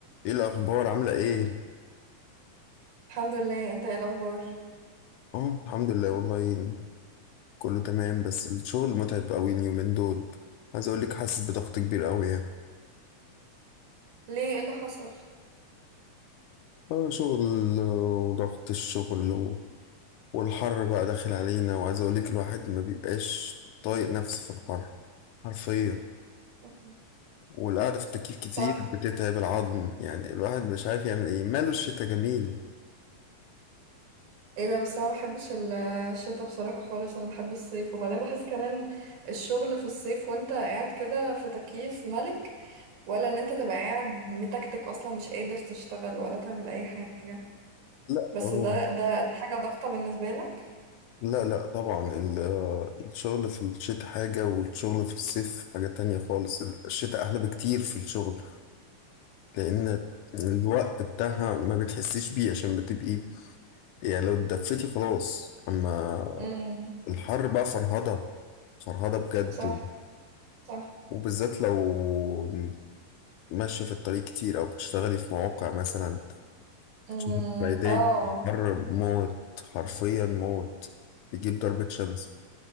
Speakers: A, on the left; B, on the right.
A: ايه الاخبار عامله ايه
B: الحمد لله انت ايه الاخبار
A: اه الحمد لله والله كله تمام بس الشغل متعب قوي اليومين دول عايز اقول لك حاسس بضغط كبير قوي يعني
B: ليه ايه اللي حصل
A: اه شغل وضغط الشغل و- والحر بقى داخل علينا وعايز اقول لك الواحد ما بيبقاش طايق نفسه في الحر حرفيا
B: مم.
A: والقعده في التكييف كتير
B: صح
A: بتتعب العظم يعني الواحد مش عارف يعمل ايه ماله الشتا جميل
B: ايه ده بس انا ما بحبش ال- الشتاء بصراحة خالص انا بحب الصيف وبعدين بحس كمان الشغل في الصيف وانت قاعد كده في تكييف ملك ولا ان انت تبقى قاعد متكتك اصلا مش قادر تشتغل ولا تعمل اي حاجة
A: لا
B: بس
A: اهو
B: ده ده ده حاجة ضغطة بالنسبة لك
A: لا لا طبعا ال- الشغل في الشتاء حاجة والشغل في الصيف حاجة تانية خالص الشتاء أحلى بكتير في الشغل لأن الوقت بتاعها ما بتحسيش بيه عشان بتبقي يعني لو اتدفيتي خلاص أما
B: مم.
A: الحر بقى فرهضة فرهضة بجد
B: صح صح
A: وبالذات لو ماشية في الطريق كتير أو بتشتغلي في مواقع مثلا
B: امم
A: مم. ميدان
B: اه
A: حر موت حرفيا موت بيجيب ضربة شمس